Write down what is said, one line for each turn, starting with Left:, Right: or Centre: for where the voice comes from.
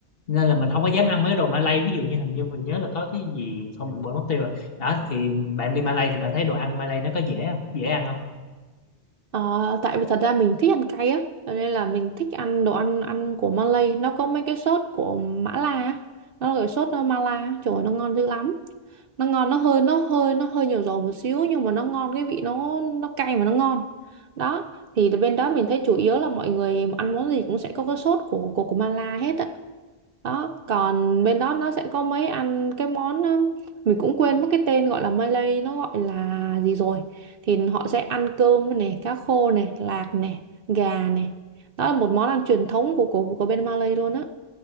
Left: nên là mình không có dám ăn mấy cái đồ Malay ví dụ như hình như mình nhớ là có cái gì không mình quên mất tiêu rồi đó thì bạn đi Malay thì bạn thấy đồ ăn Malay nó có dễ không dễ ăn không
Right: Ờ, tại vì thật ra mình thích ăn cay á cho nên là mình thích ăn đồ ăn ăn của Malay nó có mấy cái sốt của Mã La á. nó là cái sốt Mala trời ơi, nó ngon dữ lắm nó ngon nó hơi nó hơi nó hơi nhiều dầu một xíu nhưng mà nó ngon cái vị nó nó cay mà nó ngon đó thì bên đó mình thấy chủ yếu là mọi người ăn món gì cũng sẽ có cái sốt của của của Mala hết á đó còn bên đó nó sẽ có mấy ăn cái món um, mình cũng quên mất cái tên gọi là Malay nó gọi là gì rồi thì họ sẽ ăn cơm này cá khô này lạc này gà này đó là một món ăn truyền thống của của, của bên Malay luôn á